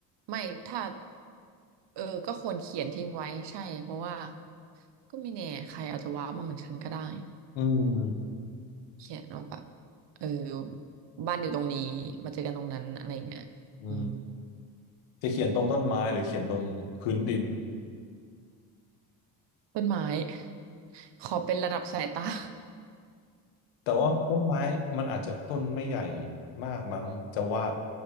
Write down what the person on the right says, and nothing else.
ไม่ถ้าเออก็ควรเขียนทิ้งไว้ใช่เพราะว่าก็ไม่แน่ใครอาจจะว้าวมาเหมือนฉันก็ได้
เขียนเอาแบบเออบ้านอยู่ตรงนี้มาเจอกันตรงนั้นอะไรอย่างเงี้ยอืม
ต้นไม้ <laughs> ขอเป็นระดับสายตา <laughs>